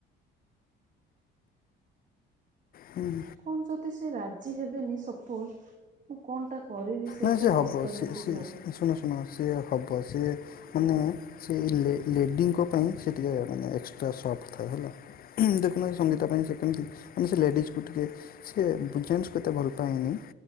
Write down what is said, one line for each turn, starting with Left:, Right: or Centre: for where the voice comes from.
Left: ହୁଁ।
Right: କଣ ଯଦି ସେ ରାଜି ହେବେନି ସପୋଜ୍ ମୁଁ କଣଟା କରିବି ସେଇ
Left: ନାଇଁ
Right: ତାର
Left: ସେ ହବ
Right: ଅଲଟରନେଟିଭ
Left: ସେ ସେ
Right: ଭାବୁଛି।
Left: ଶୁଣ ଶୁଣ ସେ ହେବ ସେ ମାନେ ସେ ଲେ ଲେଡିଙ୍କ ପାଇଁ ସେ ଟିକିଏ ମାନେ ଏକ୍ସଟ୍ରା ସଫ୍ଟ୍ ଥାଏ ହେଲା ହୁଁ ଦେଖୁନାହାନ୍ତି ସଙ୍ଗୀତ ପାଇଁ ସେ କେମିତି ମାନେ ସେ ଲେଡିଜକୁ ଟିକେ ସେ ଜେଣ୍ଟସକୁ ଏତେ ଭଲ ପାାଏନି